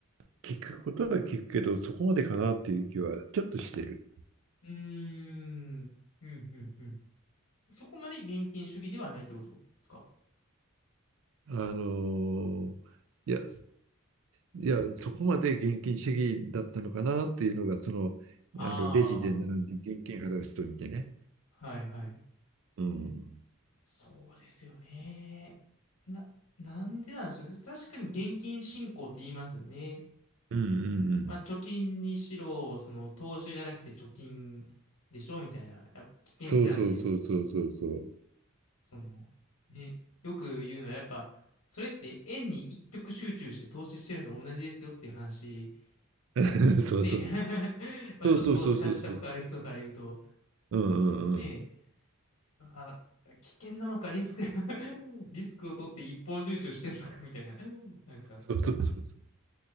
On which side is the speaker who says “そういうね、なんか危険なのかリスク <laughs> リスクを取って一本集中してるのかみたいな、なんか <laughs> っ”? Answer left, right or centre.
Left